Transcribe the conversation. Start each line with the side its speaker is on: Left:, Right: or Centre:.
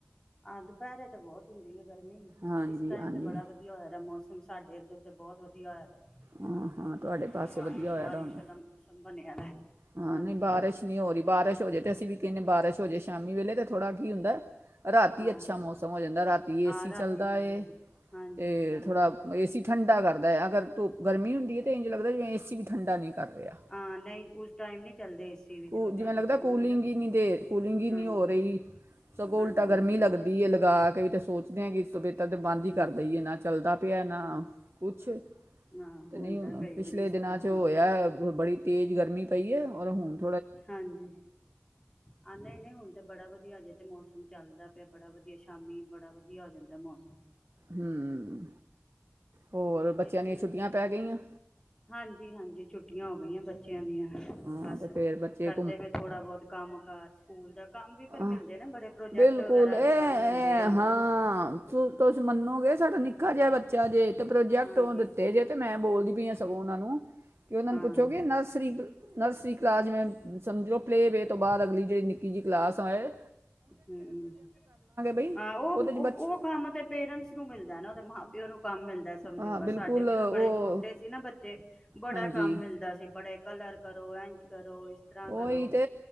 Left: ਆਹ ਦੁਪਹਿਰੇ ਤੇ ਬਹੁਤ ਹੁੰਦੀ ਹੈ ਗਰਮੀ
Right: ਹਾਂਜੀ
Left: ਇਸ ਟਾਈਮ
Right: ਹਾਂਜੀ
Left: ਤੇ ਬੜਾ ਵਧੀਆ ਹੋਇਆ ਦਾ ਮੌਸਮ ਸਾਡੇ ਇੱਧਰ ਦੇ ਬਹੁਤ ਵਧੀਆ ਹੋਇਆ
Right: ਹਾਂ ਹਾਂ ਤੁਹਾਡੇ ਪਾਸੇ
Left: ਬਾਰਿਸ਼
Right: ਵਧੀਆ ਹੋਇਆ
Left: ਬਾਰਿਸ਼
Right: ਦਾ ਹੁਣ
Left: ਵਾਲਾ ਮੌਸਮ ਬਣਿਆ ਦਾ
Right: ਹਾਂ
Left: ਹਾਂਜੀ
Right: ਨਹੀਂ ਬਾਰਿਸ਼ ਨਹੀਂ ਹੋ ਰਹੀ ਬਾਰਿਸ਼ ਹੋ ਜੇ ਤੇ ਅਸੀਂ ਵੀ ਕਿਨ ਬਾਰਿਸ਼ ਹੋ ਜੇ ਸ਼ਾਮੀ ਵੇਲੇ ਤਾਂ ਥੋੜਾ ਕੀ ਹੁੰਦੈ ਰਾਤੀ
Left: ਹਾਂ
Right: ਅੱਛਾ ਮੌਸਮ ਹੋ ਜਾਂਦਾ ਰਾਤੀ
Left: ਹਾਂ
Right: ਏਸੀ
Left: ਰਾਤੀ
Right: ਚੱਲਦਾ
Left: ਬੜਾ
Right: ਏ
Left: ਵਧੀਆ ਹਾਂਜੀ
Right: ਤੇ
Left: ਹਾਂਜੀ
Right: ਥੋੜ੍ਹਾ ਏਸੀ ਠੰਡਾ ਕਰਦਾ ਏ ਅਗਰ ਤ ਗਰਮੀ ਹੁੰਦੀ ਹੈ ਤਾਂ ਇੰਝ ਲਗਦਾ ਜਿਵੇਂ ਏਸੀ ਵੀ ਠੰਡਾ ਨਹੀਂ ਕਰ ਰਿਹਾ
Left: ਹਾਂ ਨਹੀਂ ਉਸ ਟਾਈਮ ਨੀ ਚੱਲਦੇ ਏਸੀ ਵੀ ਜਦੋਂ
Right: ਕੂ
Left: ਜ਼ਿਆਦਾ
Right: ਜਿਵੇਂ ਲੱਗਦਾ
Left: ਗਰਮੀ
Right: ਕੂਲਿੰਗ
Left: ਹੋਏ ਨਾ ਫਿਰ
Right: ਹੀ ਨਹੀਂ ਦੇ ਕੂਲਿੰਗ ਹੀ
Left: ਹਾਂਜੀ
Right: ਨਹੀਂ ਹੋ ਰਹੀ ਸਗੋਂ
Left: ਹਾਂਜੀ
Right: ਉਲਟਾ ਗਰਮੀ
Left: ਹਾਂਜੀ
Right: ਲੱਗਦੀ ਏ ਲਗਾ ਕੇ ਵੀ ਤਾਂ ਸੋਚਦੇ ਹਾਂ ਕਿ ਇਸ ਤੋਂ ਬੇਹਤਰ ਤਾਂ ਬੰਦ
Left: ਹਮ
Right: ਹੀ ਕਰ ਦਈਏ ਨਾ ਚੱਲਦਾ ਭਿਆ ਨ
Left: ਹਾਂ
Right: ਕੁਛ
Left: ਹਾਂ
Right: ਤੇ
Left: ਹੁੰਦਾ
Right: ਨਹੀਂ ਹੁਣ
Left: ਕਈ
Right: ਪਿਛਲੇ
Left: ਵਾਰੀ ਇਸ
Right: ਦਿਨਾਂ
Left: ਤਰ੍ਹਾਂ
Right: ਚ ਉਹ
Left: ਹਾਂ
Right: ਹੋਇਆ ਬੜੀ ਤੇਜ਼ ਗਰਮੀ ਪਈ ਹੈ ਔਰਹੋਂ <unintelligible> <inaudible>
Left: ਹਾਂਜੀ ਆ ਨਹੀਂ ਨਹੀਂ ਹੁਣ ਤੇ ਬੜਾ ਵਧੀਆ ਜੇ ਤੇ ਮੌਸਮ ਚੱਲਦਾ ਪਿਆ ਬੜਾ ਵਧੀਆ ਸ਼ਾਮੀ ਬੜਾ ਵਧੀਆ ਹੋ ਜਾਂਦਾ ਮੌਸਮ
Right: ਹੂੰ ਹੋਰ ਬੱਚਿਆਂ
Left: ਏਸੀ
Right: ਦੀਆਂ ਛੁੱਟੀਆਂ ਪੈ ਗਈਆਂ।
Left: ਹਾਂਜੀ ਹਾਂਜੀ ਛੁੱਟੀਆਂ। ਹੋ ਗਈਆਂ ਬੱਚਿਆਂ ਦੀਆਂ
Right: ਹਾਂ
Left: ਬਸ।
Right: ਅਤੇ ਫਿਰ ਬੱਚੇ
Left: ਕਰਦੇ ਪਏ ਥੋੜ੍ਹਾ ਬਹੁਤ ਕੰਮ ਘਰ ਸਕੂਲ ਦਾ। ਕੰਮ ਵੀ ਫਿਰ
Right: ਆ
Left: ਮਿਲਦੇ ਨਾ ਬੜੇ ਪ੍ਰੋਜੈਕਟ
Right: ਬਿਲਕੁਲ
Left: ਵਗੈਰਾ
Right: ਇਹ
Left: ਅੱਜ ਕੱਲ੍ਹ ਮਿਲਦੇ ਆ
Right: ਹਾਂ ਤੁਸੀਂ ਮੰਨੋਗੇ ਸਾਡਾ ਨਿੱਕਾ ਜਿਹਾ ਬੱਚਾ ਜੇ ਤੇ ਪ੍ਰੋਜੈਕਟ
Left: ਹਾਂਜੀ
Right: ਦਿੱਤੇ ਜੇ ਤੇ ਮੈਂ ਬੋਲਦੀ ਪਈ। ਸਗੋਂ ਉਹਨਾਂ ਨੂੰ। ਕਿ ਉਹਨਾਂ
Left: ਹਾਂ
Right: ਨੂੰ ਪੁੱਛੋ ਕਿ ਨਰਸਰੀ ਨਰਸਰੀ ਕਲਾਜ ਮੇ। ਸਮਝੋ ਪਲੇ ਵੇ। ਤੋਂ ਬਾਅਦ ਅਗਲੀ ਜੇਹੀ ਨਿੱਕੀ ਜੀ। ਹਾਏ।
Left: ਹੂੰ
Right: ਬਈ
Left: ਹਾਂ ਉਹ
Right: ਉਹਦੇ 'ਚ ਬੱਚ
Left: ਉਹ ਕੰਮ ਤੇ ਪੇਰੈਂਟਸ ਨੂੰ ਮਿਲਦਾ ਨਾ ਉਹਦੇ ਮਾ। ਤੇ ਉਹਨੂੰ। ਕੰਮ ਮਿਲਦਾ ਸਮਝੋ
Right: ਹਾਂ ਬਿਲਕੁਲ
Left: ਆ ਸਾਡੇ ਵੀ ਜਦੋਂ
Right: ਉਹ
Left: ਬੜੇ ਛੋਟੇ ਸੀ ਨਾ ਬੱਚੇ ਬੜਾ
Right: ਹਾਂਜੀ
Left: ਕੰਮ ਮਿਲਦਾ ਸੀ ਬੜੇ। ਕਲਰ ਕਰੋ ਇੰਝ ਕਰੋ। ਤਰ੍ਹਾਂ
Right: ਉਹੀ
Left: ਕਰੋ
Right: ਤੇ